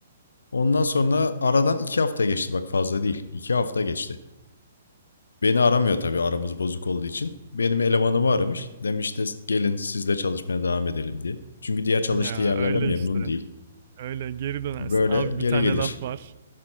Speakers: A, on the left (about 65°); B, on the right (about 45°).
A: Ondan sonra aradan iki hafta geçti bak fazla değil. İki hafta geçti. Beni aramıyor tabii aramız bozuk olduğu için. Benim elemanımı aramış. Demiş de gelin sizle çalışmaya devam edelim diye. Çünkü diğer çalıştığı
B: Ya
A: yerlerle
B: öyle
A: memnun
B: işte.
A: değil.
B: Öyle geri dönersin.
A: Böyle
B: Abi
A: geri
B: bir tane
A: gelir
B: laf var.